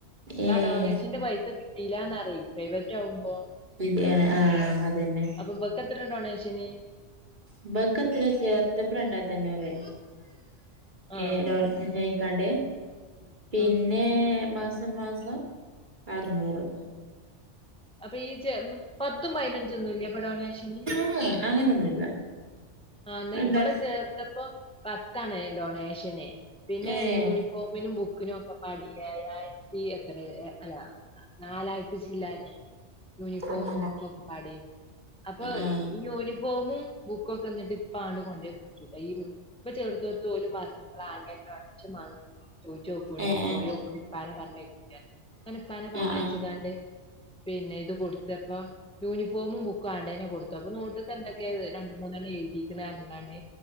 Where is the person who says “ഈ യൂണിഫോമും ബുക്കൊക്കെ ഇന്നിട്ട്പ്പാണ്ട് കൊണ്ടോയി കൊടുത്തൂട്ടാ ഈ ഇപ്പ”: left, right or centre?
Centre